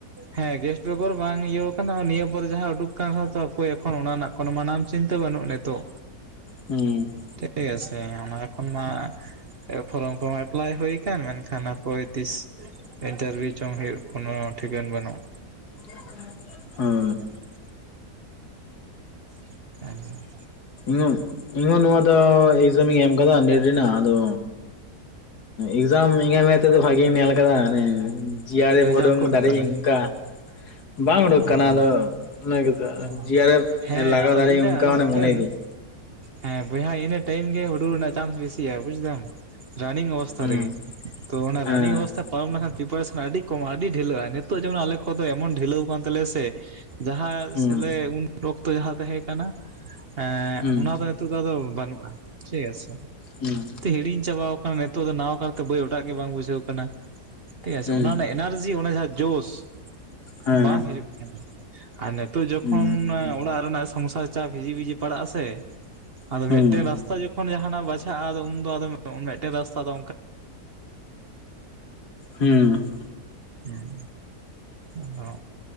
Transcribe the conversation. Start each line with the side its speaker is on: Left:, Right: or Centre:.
Right: ᱦᱮᱸ ᱜᱮᱥᱴ ᱵᱮᱜᱚᱨ ᱵᱟᱝ ᱤᱭᱟᱹ ᱟᱠᱟᱱᱟ ᱱᱤᱭᱟᱹ ᱯᱚᱨᱮ ᱡᱟᱦᱟᱸ ᱩᱰᱩᱠ ᱠᱟᱱ ᱨᱮᱦᱚᱸ ᱛᱚ ᱦᱟᱯᱳᱭ ᱮᱠᱷᱚᱱ ᱚᱱᱟ ᱨᱮᱱᱟᱜ ᱠᱚᱱᱚ ᱢᱟᱱᱟᱢ ᱪᱤᱱᱛᱟᱹ ᱵᱟᱹᱱᱩᱜ ᱱᱮᱛᱚᱜ᱾
Left: ᱦᱩᱸ᱾
Right: ᱴᱷᱤᱠ ᱟᱪᱷᱮ ᱚᱱᱟ ᱮᱠᱷᱚᱱ ᱢᱟ ᱮ ᱯᱷᱚᱨᱚᱢ ᱠᱚ ᱮᱯᱞᱟᱭ ᱦᱩᱭ ᱟᱠᱟᱱ, ᱢᱮᱱᱠᱷᱟᱱ ᱦᱟᱯᱳᱭ ᱛᱤᱥ ᱤᱱᱴᱟᱨᱵᱷᱤᱭᱩ ᱪᱚᱝ ᱦᱩᱭᱩᱜ ᱠᱳᱱᱳ ᱴᱷᱤᱠᱟᱹᱱ ᱵᱟᱹᱱᱩᱜ!
Left: <inaudible> ᱦᱩᱸ᱾
Right: <inaudible> <unintelligible>
Left: ᱦᱩᱸ ᱤᱧ ᱦᱚᱸ ᱱᱚᱣᱟ ᱫᱚ <unintelligible> ᱤᱧ ᱮᱢ ᱠᱟᱫᱟ ᱱᱮᱴ ᱨᱮᱱᱟᱜ ᱟᱫᱚᱼᱼ ᱮᱠᱡᱟᱢ ᱤᱧᱟᱜ ᱢᱮᱛ ᱛᱮᱫᱚ ᱵᱷᱟᱜᱤᱢ ᱧᱮᱞ ᱠᱟᱫᱟ ᱟᱱᱮᱼᱼ ᱡᱤᱭᱟᱨᱮ
Right: ᱨᱮᱡᱟᱞᱴ
Left: ᱯᱚᱨᱚᱝ
Right: ᱠᱚ ᱩᱰᱩᱠ
Left: ᱫᱟᱲᱮᱜ
Right: ᱠᱟᱱᱟ
Left: ᱚᱝᱠᱟᱼᱼ ᱵᱟᱝ ᱩᱰᱩᱠ
Right: ᱚ
Left: ᱠᱟᱱᱟ ᱟᱫᱚ, ᱚᱱᱟ ᱜᱮᱛᱚ,
Right: ᱚ
Left: ᱡᱤᱭᱟᱨᱮᱯᱷ
Right: ᱦᱮᱸ
Left: ᱞᱟᱜᱟᱣ
Right: ᱟᱫᱚ
Left: ᱫᱟᱲᱮ
Right: ᱤᱱᱟᱹ
Left: ᱚᱱᱠᱟ
Right: ᱟᱫᱚ
Left: ᱢᱟᱱᱮ
Right: ᱢᱤᱫᱴᱮᱱ
Left: ᱢᱚᱱᱮᱭ ᱫᱤᱧ᱾
Right: ᱦᱮᱸ ᱵᱚᱭᱦᱟ ᱤᱱᱟᱹ ᱴᱟᱭᱤᱢ ᱜᱮ, ᱦᱩᱲᱩ ᱨᱮᱱᱟᱜ ᱪᱟᱱᱥ ᱵᱮᱥᱤᱭᱟ ᱵᱩᱡᱫᱟᱢ᱾ ᱨᱟᱱᱤᱝ ᱚᱵᱚᱥᱛᱟ
Left: ᱦᱩᱸ
Right: ᱨᱮᱜᱮ, ᱛᱚ ᱚᱱᱟ
Left: ᱦᱮᱸ
Right: ᱨᱟᱱᱤᱝ ᱚᱵᱚᱥᱛᱟ ᱯᱟᱨᱚᱢ ᱞᱮᱱᱠᱷᱟᱱ ᱯᱨᱤᱯᱟᱨᱮᱥᱚᱱ ᱟᱹᱰᱤ ᱠᱚᱢᱼᱟ ᱟᱹᱰᱤ ᱰᱷᱤᱞᱟᱹᱜᱼᱟ, ᱱᱤᱛᱚᱜ ᱡᱮᱢᱚᱱ ᱟᱞᱮ ᱠᱚᱫᱚ ᱮᱢᱚᱱ ᱰᱷᱤᱞᱟᱹᱣ ᱟᱠᱟᱱ ᱛᱟᱞᱮᱭᱟ ᱥᱮ᱾ ᱡᱟᱦᱟᱸ
Left: ᱦᱩᱸ
Right: ᱥᱮᱞᱟᱹᱭ ᱩᱱ ᱚᱠᱛᱚ ᱡᱟᱦᱟᱸ ᱛᱟᱦᱮᱸ ᱠᱟᱱᱟ, ᱮᱸᱻ
Left: ᱦᱩᱸ
Right: ᱚᱱᱟ ᱫᱚᱼᱼ ᱱᱤᱛᱳᱜ ᱫᱚ ᱟᱫᱚ ᱵᱟᱹᱱᱩᱜᱼᱟ, ᱴᱷᱤᱠ ᱟᱪᱪᱷᱮ
Left: ᱦᱩᱸ
Right: ᱛᱮ ᱦᱤᱲᱤᱧ ᱪᱟᱵᱟ ᱱᱤᱛᱚᱜ ᱫᱚ ᱱᱟᱣᱟ ᱠᱟᱨᱛᱮ ᱵᱟᱹᱭ ᱚᱴᱟᱜ ᱜᱮ ᱵᱟᱝ ᱵᱩᱡᱷᱟᱹᱣ ᱠᱟᱱᱟ, ᱴᱷᱤᱠ ᱟᱪᱮ
Left: ᱦᱩᱸ
Right: ᱚᱱᱟ
Left: ᱦᱩᱸ
Right: ᱨᱮᱱᱟᱜ ᱮᱼᱼ ᱮᱱᱟᱨᱡᱤ ᱚᱱᱟᱴᱮ ᱡᱟᱸᱦᱟ ᱡᱚᱥᱼᱼ
Left: ᱦᱮᱸ
Right: ᱵᱟᱝ ᱦᱤᱡᱩᱜ ᱠᱟᱱᱟ ᱟᱨ ᱱᱤᱛᱚᱜ ᱡᱚᱠᱷᱚᱱ
Left: ᱦᱩᱸ
Right: ᱢᱟ ᱚᱲᱟᱜ ᱨᱮᱱᱟᱜ ᱥᱚᱝᱥᱟᱨ ᱪᱟ ᱵᱷᱤᱡᱤ ᱵᱷᱤᱡᱤ ᱯᱟᱲᱟᱜ-ᱟ ᱥᱮ, ᱟᱫᱚ
Left: ᱦᱩᱸ
Right: ᱢᱤᱫᱴᱮᱱ ᱨᱟᱥᱛᱟ ᱡᱚ ᱡᱟᱦᱟᱸ ᱱᱟᱜ ᱵᱟᱪᱷᱟᱜᱼᱟ ᱟᱫᱚ ᱩᱱᱫᱚ ᱢᱮᱫᱴᱮᱱ ᱨᱟᱥᱛᱟ ᱫᱚᱼᱼ
Left: ᱦᱩᱸ᱾
Right: ᱦᱮᱸ ᱟᱫᱚᱼᱼ